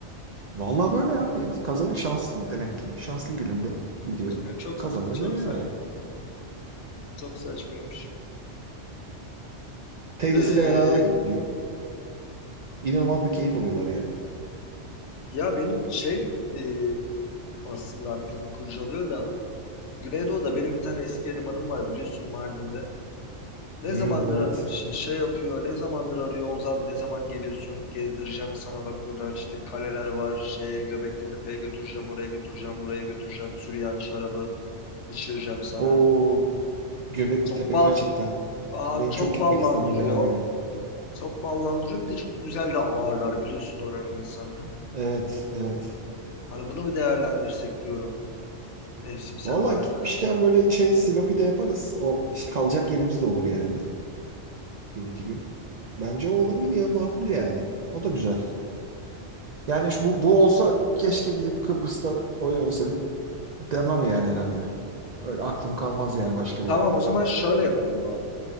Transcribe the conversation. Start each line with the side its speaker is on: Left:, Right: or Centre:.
Right: Valla böyle abi herif kazanıyor şanslı demek ki. Şanslı gününde
Left: <laughs>
Right: gidiyor.
Left: Çok
Right: Kazanıyor
Left: saçma, çok
Right: dönüyor
Left: saçma,
Right: yani.
Left: çok saçmaymış.
Right: Teyzesiyle
Left: Ee,
Right: beraber gidiyor. İnanılmaz bir keyif alıyorlar yani.
Left: ya benim şey e, aslında aklımı kurcalıyor da Güneydoğu'da benim bir tane eski elemanım var biliyorsun Mardin'de. Ne
Right: Hmm,
Left: zamandır
Right: evet.
Left: ş- şey yapıyor, ne zamandır arıyor Oğuz abi ne zaman geliyorsun gezdireceğim sana bak buradan işte kaleler var, şey Göbekli Tepe'ye götüreceğim, oraya götüreceğim, buraya götüreceğim, Süryani şarabı içireceğim sana.
Right: O Göbekli
Left: Çok
Right: Tepe
Left: bal,
Right: gerçekten
Left: abi
Right: benim
Left: çok
Right: çok gitmek
Left: ballandırıyor.
Right: istediğim bir yer yani.
Left: Çok ballandırıyor bir de çok güzel de ağırlar biliyorsun oranın insanını.
Right: Evet evet.
Left: Hani bunu bir değerlendirsek diyorum mevsimsel
Right: Valla
Left: olarak.
Right: gitmişken böyle şey Silopi de yaparız. O işte kalacak yerimiz de olur yani. Bir iki gün. Bence o olabilir ya makul yani. O da güzel. Yani şu, bu, bu olsa keşke gidip Kıbrıs'ta oy oynasaydık demem yani herhalde. Öyle aklım kalmaz yani başka
Left: Tamam
Right: bir yerde.
Left: o zaman şöyle yapalım abi.